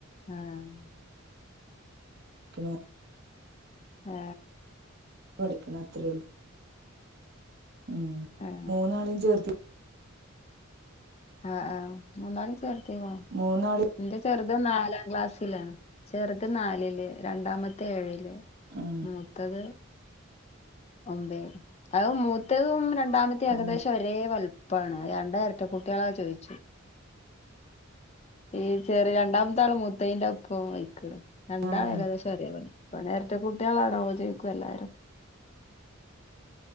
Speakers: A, on the left (about 30°); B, on the right (about 55°).
A: ആഹ്
B: <inaudible>
A: ഹേ
B: പഠിക്കണ അത്രേയള്ളു ഉം
A: ആഹ്
B: മൂന്നാളും ചേർത്തി
A: ആ ആഹ് മൂന്നാളീം ചേർത്തികുണു
B: മൂന്നാളെ
A: ന്റെ ചെറുത് നാലാം ക്ലാസ്സിലാണ് ചെറുത് നാലില് രണ്ടാമത്തെ ഏഴില്
B: ഉം
A: മൂത്തത് ഒമ്പഅത മൂത്തേതും രണ്ടാമത്തെ ഏകദേശം
B: ആഹ്
A: ഒരേ വത്ം പ്പാണ് രണ്ടരറ്റക്കുട്ടികളാ ചോയിച്ചു ഈ ചെറിയ രണ്ടാമത്തെ ആള് മുത്തയിൻറെ ഒപ്പം വലി ക്ണ് രണ്ടാളെകദേശം
B: ആഹ്
A: ഒരേപൊലി ഒന് എരട്ടകുട്ടിളാണോ ന്ന് ചോയിക്കു ല്ലാരും